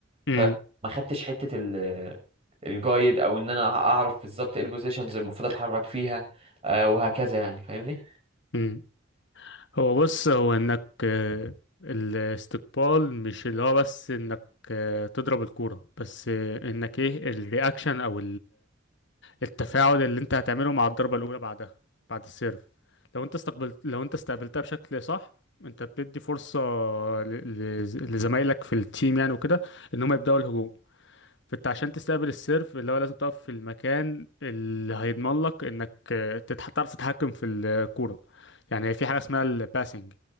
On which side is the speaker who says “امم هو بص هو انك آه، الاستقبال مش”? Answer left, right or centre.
Left